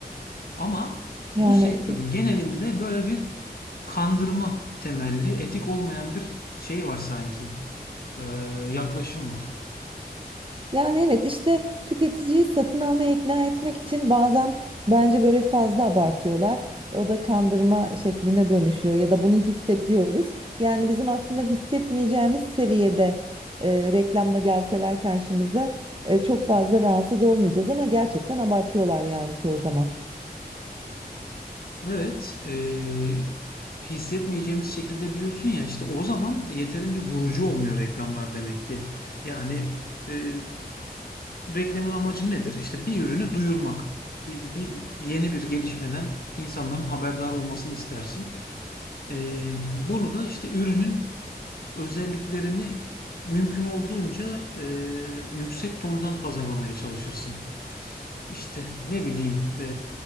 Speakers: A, on the left (about 65°); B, on the right (about 30°).
A: Ama
B: Yani
A: bu sektörün genelinde böyle bir kandırma temelli, etik olmayan bir şey var sanki. Ee, yaklaşım var.
B: Yani evet işte tüketiciyi satın almaya ikna etmek için bazen bence böyle fazla abartıyorlar. O da kandırma şekline dönüşüyor ya da bunu hissediyoruz. Yani bizim aslında hissetmeyeceğimiz seviyede e, reklamla gelseler karşımıza e, çok fazla rahatsız olmayacağız ama gerçekten abartıyorlar yani çoğu zaman.
A: Evet, ee, hissetmeyeceğimiz şekilde diyorsun ya işte o zaman yeterince vurucu olmuyor reklamlar demek ki. Yani e, reklamın amacı nedir? İşte bir ürünü duyurmak. Bir, bir yeni bir gelişmeden insanların haberdar olmasını istersin. Ee, bunu da işte ürünün özelliklerini mümkün olduğunca e, yüksek tondan pazarlamaya çalışırsın. İşte ne bileyim e,